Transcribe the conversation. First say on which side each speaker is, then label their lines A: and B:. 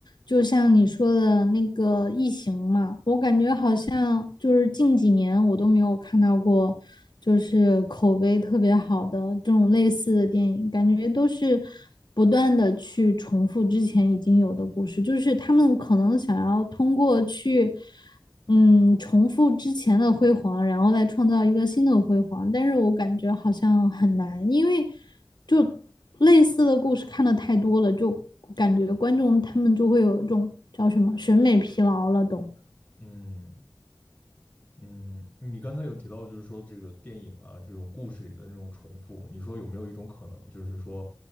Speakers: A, on the left; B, on the left.
A: 就像你说的那个《异形》嘛，我感觉好像就是近几年我都没有看到过，就是口碑特别好的这种类似的电影，感觉都是不断的去重复之前已经有的故事，就是他们可能想要通过去。嗯，重复之前的辉煌，然后再创造一个新的辉煌，但是我感觉好像很难，因为就类似的故事看的太多了，就感觉观众他们就会有一种叫什么审美疲劳了都。
B: 嗯，嗯，你刚才有提到，就是说这个电影啊，这种故事里的那种重复，你说有没有一种可能，就是说，